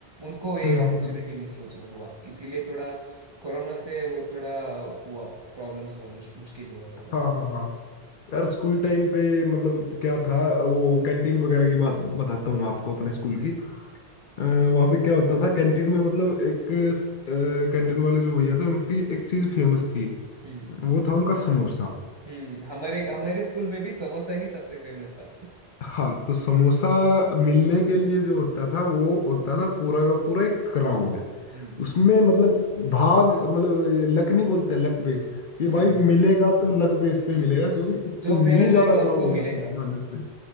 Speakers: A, on the right; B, on the left.
A: उनको ये
B: हम्म
A: अपॉर्चुनिटी
B: हम्म, हम्म।
A: मिस हो जो हुआ इसीलिए थोड़ा कोरोना से वो थोड़ा हुआ प्रॉब्लम्स हुआ मुश- मुश्किल हुआ थोड़ा
B: हाँ हाँ हाँ यार स्कूल टाइम पे मतलब क्या था वो कैंटीन वगैरह की बात बताता हूँ आपको अपने स्कूल
A: हम्म
B: की आ, वहाँ पे क्या होता था कैंटीन में मतलब एक कैंटीन वाले जो भैया थे उनकी एक चीज फेमस थी
A: हम्म
B: वो था उनका समोसा
A: हम्म हमारे हमारे स्कूल में भी समोसा ही सबसे फेमस था
B: हाँ तो समोसा मिलने के लिए जो होता था वो होता था पूरा का पूरा एक क्राउड
A: हम्म
B: उसमें मतलब भाग मतलब ये लक नहीं बोलते लक बेस कि
A: हम्म
B: भाई
A: हम्म
B: मिलेगा तो लक बेस
A: हम्म।
B: पे मिलेगा क्योंकि इतनी
A: जो पहले जाएगा
B: ज्यादा क्राउड
A: उसको
B: हो
A: मिलेगा
B: जाती है हाँ, लक बेस